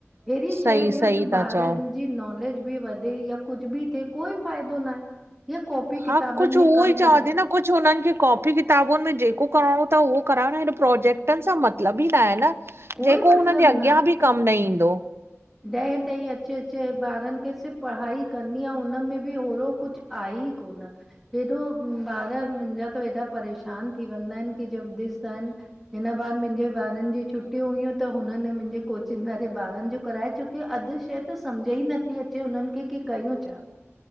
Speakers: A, in the centre; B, on the right (about 55°).
A: अहिड़ी
B: सही
A: शइ ॾियो
B: सही
A: जो
B: था
A: ॿारनि
B: चओ
A: जी नॉलेज बि वधे या कुझु बि थिए कोई फ़ाइदो न आहे या कॉपी-किताबनि
B: हा कुझु
A: में
B: उहो
A: कमु
B: ई
A: करायो।
B: चवां थी न कुझु हुननि खे कॉपी-किताबुनि में जेको करणो अथव उहो कराइणो हे प्रोजेक्टनि सां मतिलबु ई न आहे न।
A: कोई
B: जेको
A: मतिलबु
B: हुन जे अॻियां बि कमु न ईंदो।
A: ॾह ताईं अचे अचे ॿारनि खे सिर्फ़ु पढ़ाई करणी आहे हुननि में बि ओहिड़ो कुझु आहे ई कोन। हेॾो ॿार मुंहिंजा त हेॾा परेशान थी वेंदा आहिनि की जब ॾिसंदा आहिनि हिन ॿार मुंहिंजे ॿारनि जी छुट्टी छुट्टियूं हुयूं त हुननि मुंहिंजे कोचिंग वारे ॿारनि जो कराए छोकी खे अधि शइ त सम्झ ई नथी समझ में नथी अचे उन्हनि खे की कयूं छा?